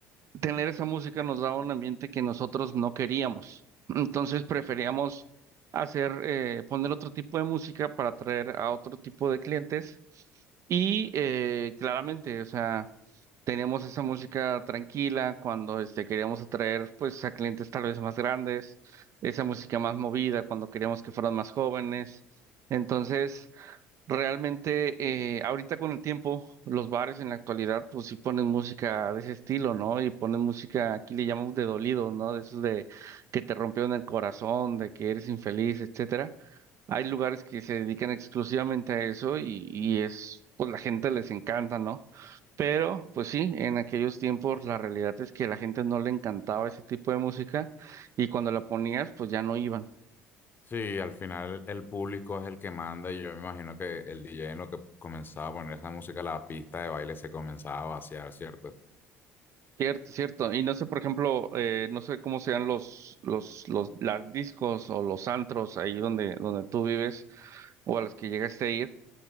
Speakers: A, on the right; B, on the left.
A: tener esa música nos daba un ambiente que nosotros no queríamos. Entonces, preferíamos hacer, eh, poner otro tipo de música para atraer a otro tipo de clientes. Y eh, claramente, o sea... Teníamos esa música tranquila cuando este, queríamos atraer pues a clientes tal vez más grandes, esa música más movida cuando queríamos que fueran más jóvenes. Entonces, realmente eh, ahorita con el tiempo, los bares en la actualidad pues sí ponen música de ese estilo, ¿no? Y ponen música, aquí le llamamos de dolido, ¿no? De esos de que te rompió en el corazón, de que eres infeliz, etcétera. Hay lugares que se dedican exclusivamente a eso y, y es, pues la gente les encanta, ¿no? Pero, pues sí, en aquellos tiempos la realidad es que la gente no le encantaba ese tipo de música y cuando la ponías, pues ya no iban.
B: Sí, al final el público es el que manda y yo me imagino que el DJ en lo que comenzaba a poner esa música, la pista de baile se comenzaba a vaciar, ¿cierto?
A: Cierto, cierto. Y no sé, por ejemplo, eh, no sé cómo sean los, los, los, las discos o los antros ahí donde, donde tú vives o a los que llegaste a ir.